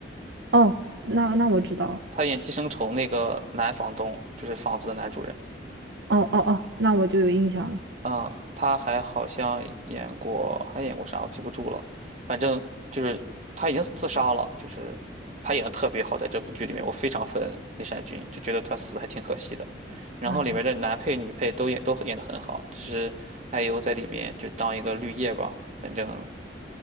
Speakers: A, on the right; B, on the right.
A: 哦，那那我知道了。
B: 他演《寄生虫》那个男房东，就是房子的男主人。
A: 哦哦哦，那我就有印象了。
B: 嗯，他还好像演过，还演过啥我记不住了。反正就是他已经自杀了，就是他演的特别好，在这部剧里面，我非常粉李善均，就觉得他死得还挺可惜的。然后里面的男配、
A: 哎，
B: 女配都演都演得很好，只是艾优在里面就当一个绿叶吧，反正